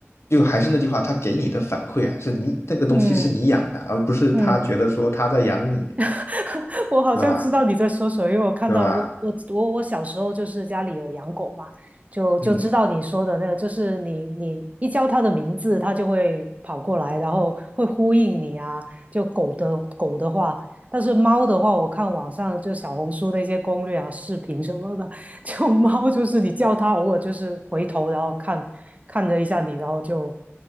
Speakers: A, on the left; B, on the right.
A: 就还是那句话，它给你的反馈啊，是你这个东西是你养的，
B: 嗯
A: 而不是它觉得说它在养你，
B: 嗯，<laughs> 我好像知道你在说什么，
A: 对吧？
B: 因为我看到我我我我小时候就是家里有养狗嘛，
A: 对吧？
B: 就就知道你说的那个，
A: 嗯，
B: 就是你你一叫它的名字，它就会跑过来，然后会呼应你啊。就狗的狗的话，但是猫的话，我看网上就小红书那些攻略啊、视频什么的，<laughs> 就猫就是你叫它，偶尔就是回头，然后看看了一下你，然后就